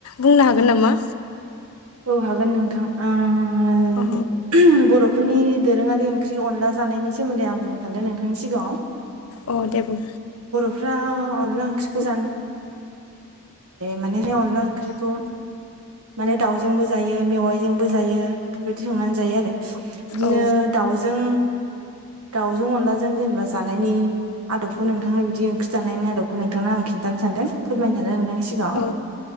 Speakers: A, on the left; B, on the right.
A: बुंनो हागोन नामा
B: औ हागोन नोंथां ओ
A: अ
B: बर'फोरनि दोरोङारि ओंख्रि अनला जानायनि सोमोन्दै आं बुंनो सानदों नोंथांनि सिगाङाव
A: अ दे बुं
B: <unintelligible> अनदला ओंख्रिखौ जानो माने अनला ओंख्रिखौ माने दाउजोंबो जायो मेवाइजोंबो जायो बेफोरबायदि संनानै जायो आरो बिदिनो
A: औ
B: दाउजों दाउजों अनलाजों जेनेबा जानायनि आदबखौ नोंथांनो बिदि ओंख्रि जानायनायनि आदबखौ नोंथांनो आं खिन्थानो सानदों फोरमायनो सानदों नोंथां नि सिगाङाव
A: औ